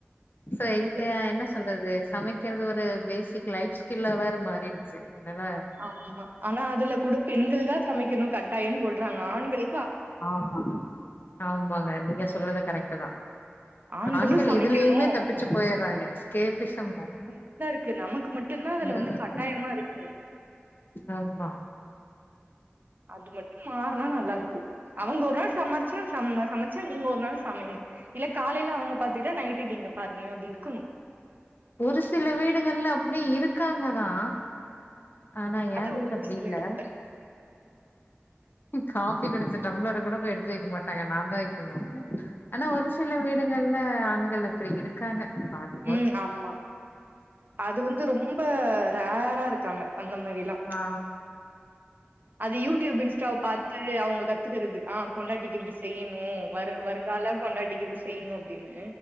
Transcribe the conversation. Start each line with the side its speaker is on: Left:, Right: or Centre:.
Left: சோ எங்
Right: வரு
Left: என்ன சொல்றது சமைக் க்கெறது ஒரு பேசிக் லைஃப் ஸ்கில்லா வேற மாறிடுச்சு அதனால
Right: ஆம்மா ஆனா அதுல கூட பெண்கள் தா சமைக்கணு கட்டாயன்னு போட்றாங்க ஆண்கள்
Left: ஆமாங்க ஆமாங்க நீங்க சொல்றது கரெக்ட்டு தா
Right: ஆண்களு
Left: ஆண்கள்
Right: சமைக்கணு
Left: இதுலயுமே தப்பிச்சு போயிர்றாங்க எஸ்கேபிசம் தான
Right: க்கு நமக்கு மட்டுந்தா அதுல
Left: ம்
Right: வந்து கட்டாயமா இருக்கு
Left: ஆமா
Right: அது மட்டு மாறுனா நல்லா இருக்கு அவங்க ஒரு நாள் சமர்ச்சா சம்ம சமச்சா நீங்க ஒரு நாள் சமைங்க இல்ல காலைல அவ்ங்க பாத்துக்கிட்டா நைட்டு நீங்க பாருங்க அப்டி இருக்கணு
Left: ஒரு சில வீடுங்கள்ல அப்டி இருக்காங்கதா ஆனா
Right: அது
Left: ஏ வீட்டுல
Right: ஒரு
Left: அப்புடி
Right: சில
Left: இல்ல
Right: இடத்துல
Left: காபி குடிச்ச டம்ளர கூட போய் எடுத்து வைக்க மாட்டாங்க நா தா வெக்கணு ஆனா ஒரு சில வீடுகள்ல ஆண்கள் அப்டி இருக் க்காங்க பாத்து
Right: ம் ஆமா அது வந்து ரொம்ப ரேரா இருக்காங்க அந்த மாரிலா
Left: ஆ
Right: அது யூடியூப் இன்ஸ்டாவ பாத் ட்ரு அவ்ங்க கத்துக்குறது ஆ பொண்டாட்டிக்கு இப்டி செய்யணு வருங் வருங்கால பொண்டாட்டிக்கு இப்டி செ செய்ணு அப்டின்னு